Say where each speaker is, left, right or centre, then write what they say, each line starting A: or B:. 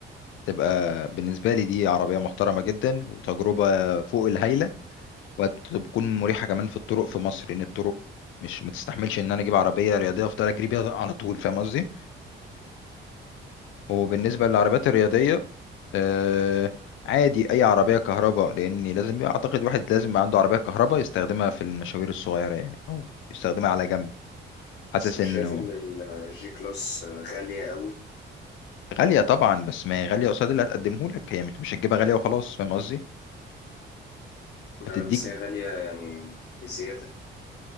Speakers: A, on the left; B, on the left.
A: تبقى بالنسبه لي دي عربيه محترمه جدا وتجربه فوق الهايله وتكون مريحه كمان في الطرق في مصر لان الطرق مش متستحملش ان انا اجيب عربيه رياضيه افضل اجري بيها على طول فاهم قصدي وبالنسبة للعربيات الرياضية آه عادي أي عربية كهرباء لأن لازم يبقى- أعتقد واحد لازم يبقى عنده عربية كهرباء يستخدمها في المشاوير الصغيرة يعني أو يستخدمها على جنب حاسس
B: بس مش
A: إنه
B: شايف ان الجي كلاس غاليه قوي
A: غالية طبعا بس ما هي غالية قصاد اللي هتقدمه لك هي مش مش هتجيبها غالية وخلاص فاهم قصدي؟
B: لا
A: هتديك
B: لا بس هي غاليه يعني بزياده